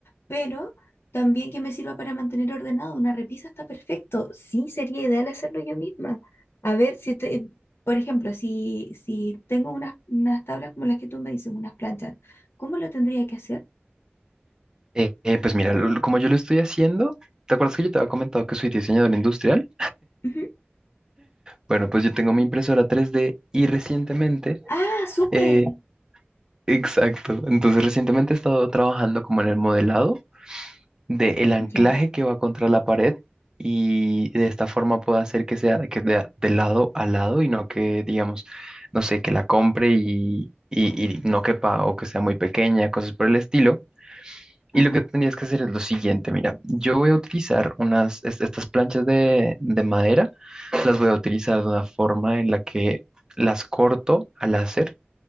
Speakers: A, on the left; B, on the right.
A: pero también que me sirva para mantener ordenado. Una repisa está perfecto. Sí, sería ideal hacerlo yo misma. A ver, si te- por ejemplo, si, si tengo unas, unas tablas como las que tú me dices, unas planchas, ¿cómo lo tendría que hacer?
B: Eh, eh, pues mira, lo- como yo lo estoy haciendo, ¿te acuerdas que yo te había comentado que soy diseñador industrial?
A: Ujú.
B: Bueno, pues yo tengo mi impresora 3D y recientemente,
A: Ah, súper.
B: eh, exacto, entonces recientemente he estado trabajando como en el modelado del anclaje
A: ¿Ya?
B: que va contra la pared y de esta forma puedo hacer que sea que de, de lado a lado y no que, digamos, no sé, que la compre y, y y no quepa o que sea muy pequeña, cosas por el estilo.
A: ajá
B: Y lo que tendrías que hacer es lo siguiente, mira, yo voy a utilizar unas, est- estas planchas de, de madera, las voy a utilizar de una forma en la que las corto al láser,